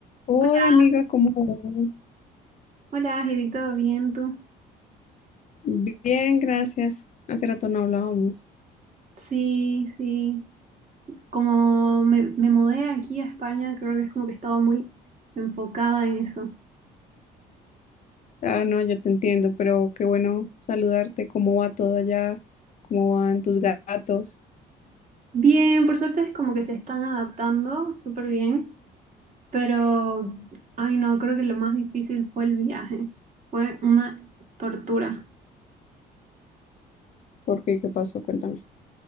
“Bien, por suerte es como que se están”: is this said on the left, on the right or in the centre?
Right